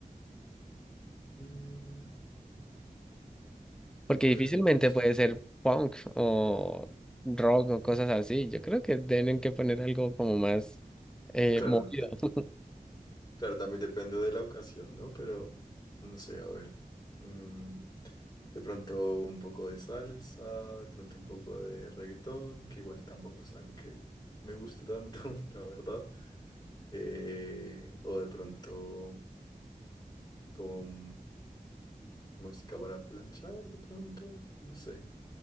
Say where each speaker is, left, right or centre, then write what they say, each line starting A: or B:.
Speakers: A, on the left (about 25°); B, in the centre.
A: Mm,
B: Porque
A: a ver,
B: difícilmente
A: no sé.
B: puede ser punk o rock o cosas así. Yo creo que tienen que poner algo como más eh,
A: claro,
B: movido.
A: de-
B: <laughs>
A: claro, también depende de la ocasión, ¿no? Pero no sé, a ver. mm, de pronto un poco de salsa, de pronto un poco de reggaetón, que igual tampoco es algo que me guste tanto, <laughs> la verdad. Eh, o de pronto con música para planchar de pronto, no sé.